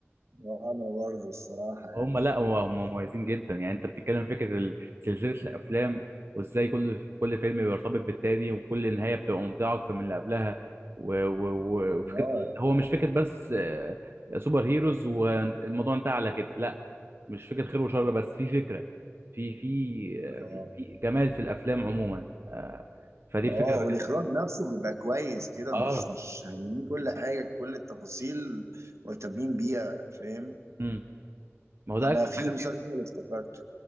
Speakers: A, on the right; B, on the right.
A: وانا برضه الصراحة يعني
B: هم لا هم هم مميزين جدا يعني انت بتتكلم فكره ال- سلسله الافلام وازاي كل كل فيلم بيرتبط بالتاني وكل نهايه بتبقى ممتعه اكتر من اللي قبلها و- و- و- وفكره
A: اه
B: هو مش فكره بس آه، سوبر هيروز والموضوع انتهى على كده لا مش فكره خير وشر بس في فكره في في آه،
A: اه
B: في, في جمال في الافلام عموما آه، فدي الفكره
A: اه
B: اللي بكلم
A: والاخراج نفسه بيبقى كويس كده
B: اه
A: مش مش هايلين كل حاجة كل التفاصيل مهتمين بيها فاهم
B: امم ما هو ده
A: انا
B: اجمل
A: في
B: حاجه
A: مسلسل
B: فيه
A: افتكرته